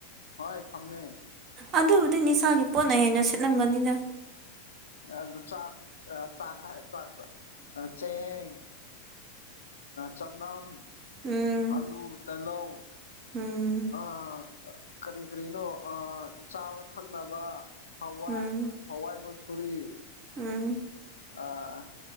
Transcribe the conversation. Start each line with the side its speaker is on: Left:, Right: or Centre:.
Left: ꯍꯣꯏ ꯊꯝꯃꯦ
Right: ꯑꯗꯨꯕꯨꯗꯤ ꯅꯤꯁꯥꯒꯤ ꯄꯣꯠꯅ ꯍꯦꯟꯅ ꯁꯤꯠꯂꯝꯒꯅꯤꯗ
Left: ꯑꯗꯨ ꯆꯥꯛ ꯆꯥꯛ ꯍꯥꯏ ꯆꯥꯛ ꯆꯦꯡ ꯆꯅꯝ
Right: ꯎꯝ
Left: ꯑꯂꯨ ꯇꯦꯂꯧ
Right: ꯎꯝ
Left: ꯑꯥ ꯀꯔꯤ ꯀꯔꯤꯅꯣ ꯑꯥ ꯆꯥꯕ ꯊꯛꯅꯕ ꯍꯋꯥꯏ
Right: ꯎꯝ
Left: ꯍꯋꯥꯏ ꯃꯨꯁꯨꯔꯤ
Right: ꯎꯝ
Left: ꯑꯥ